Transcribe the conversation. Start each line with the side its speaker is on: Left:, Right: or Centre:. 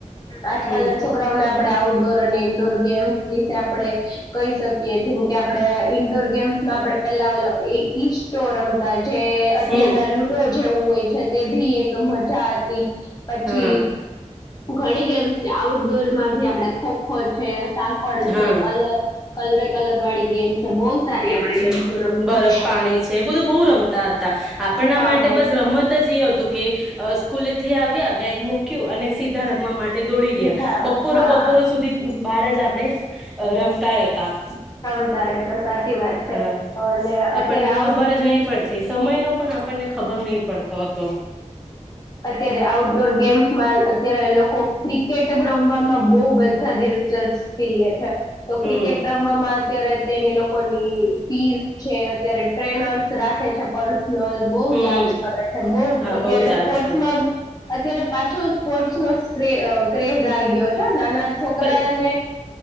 Left: આજકાલના
Centre: હમ
Left: છોકરાઓને આપડે આઉટડોર અને ઇન્ડોર ગેમ્સ વિશે આપણે કહી શકીએ, જેમ કે આપણે ઇન્ડોર ગેમ્સમાં આપે પેલા ઓ ઈસ્ટો રમતા જે <unintelligible>
Centre: હમ
Left: જેવું હોય છે તે ભી એક છા હતી, પછી
Centre: હા
Left: ઘણી ગેમ્સ જે આઉટડોરમાં ભી આપડે ખો હોય છે સાકડ
Centre: હા
Left: છે, કલર કલરે કલર વાળી ગેમ છે બહુ સારી
Centre: કેમ
Left: આપણે
Centre: છે,
Left: ગેમ્સ રમતા
Centre: બરફ પાણી છે. એ બધું બહુ રમતા હતા. આપણા
Left: હા
Centre: માટે
Left: બહુ
Centre: બસ રમત બચપણ ઈ હતું કે સ્કૂલે થી આવ્યા, બેગ મૂક્યું અને સીધા રમવા માટે દોડી
Left: સીધા
Centre: ગયા, બપોરો
Left: હા
Centre: બપોરો સુધી બહાર જ આપડે અ રમતા રહેતા.
Left: ચાલો ત્યારે. સાચી વાત છે.
Centre: હા
Left: અને અત્યારે
Centre: આપણને
Left: આવ
Centre: ખબર જ નહી પડતી સમય નો પણ આપણને ખબર નહીં પડતો હ
Left: અત્યારે આઉટડોર ગેમ્સમાં અત્યારે લોકો ક્રિક કેટ રમવામાં બહુ બધા દિલચસ્પ <unintelligible> છે, તો
Centre: હમ
Left: ક્રિકેટ રમવામાં અત્યારે તેન ઈ લોક કોની ફીસ છે, અત્યારે ટ્રેનર્સ રાખે છે પર્સ નલ બહુ
Centre: હમ
Left: ચાર્જ કરે છે, બહુ
Centre: હા
Left: અત્યારે
Centre: બહુ ચાર્જ
Left: સ્પોર્ટ્સમાં
Centre: કર
Left: અત્યારે પાછો સ્પોર્ટસ નો સ્ક્રે અહ ક્રેઝ આવી ગયો છે નાના છોકરાને
Centre: પણ,